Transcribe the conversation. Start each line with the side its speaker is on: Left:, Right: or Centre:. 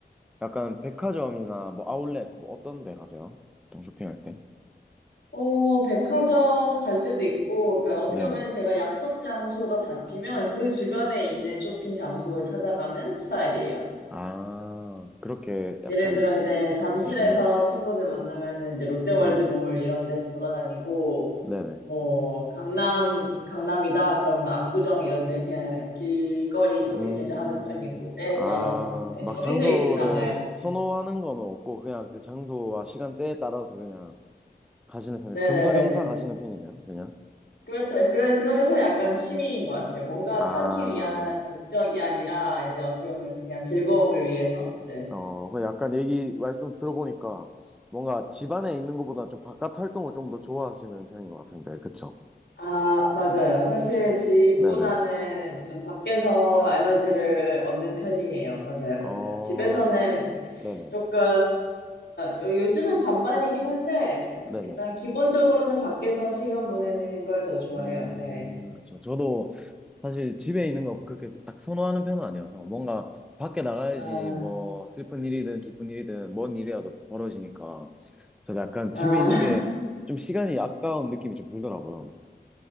Centre: 약간 백화점이나 뭐 아울렛 뭐 어떤 데 가세요? 보통 쇼핑할 때?
Left: 어, 백화점 갈 때도 있고, 그러니까 어떻게
Centre: 네네.
Left: 보면 제가 약속 장소가 잡히면 그 주변에 있는 쇼핑 장소를 찾아가는 스타일이에요.
Centre: 아, 그렇게
Left: 예를
Centre: 약간,
Left: 들어 이제 잠실에서
Centre: 예, 예.
Left: 친구들 만나면 이제 롯데월드몰
Centre: 네네.
Left: 이런 데서 돌아다니고,
Centre: 네네.
Left: 뭐 강남 강남이다 그러면 압구정 이런 데 그냥 길거리 쇼핑을
Centre: 음,
Left: 이제 하는 편이고 때에
Centre: 아,
Left: 따라서 네,
Centre: 막
Left: 정해져
Centre: 장소를
Left: 있진 않아요.
Centre: 선호하는 건 없고, 그냥 그 장소와 시간대에 따라서 그냥 가시는 편이
Left: 네네네네.
Centre: 겸사겸사 가시는 편이네요, 그냥.
Left: 그렇죠. 그래, 그래서 약간 취미인 것 같아요. 뭔가
Centre: 아,
Left: 사기 위한 목적이 아니라 이제 어떻게 보면 그냥 즐거움을 위해서. 네.
Centre: 어, 그 약간 얘기 말씀 들어보니까 뭔가 집 안에 있는 것보다 좀 바깥 활동을 좀 더 좋아하시는 편인 것 같은데, 그쵸?
Left: 아, 맞아요. 사실 집보다는
Centre: 네네.
Left: 좀 밖에서 에너지를 얻는 편이에요. 맞아요,
Centre: 어,
Left: 맞아요. 집에서는
Centre: 네네.
Left: 조금, 요, 요즘은 반반이긴 한데,
Centre: 네네.
Left: 일단 기본적으로는 밖에서 시간 보내는 걸 더 좋아해요.
Centre: 음,
Left: 네.
Centre: 그쵸. 저도 사실 집에 있는 거 그렇게 딱 선호하는 편은 아니어서 뭔가 밖에 나가야지
Left: 아,
Centre: 뭐 슬픈 일이든 기쁜 일이든 뭔 일이라도 벌어지니까 저도 약간
Left: 아.
Centre: 집에 있는 게 좀 시간이 아까운 느낌이 좀 들더라고요.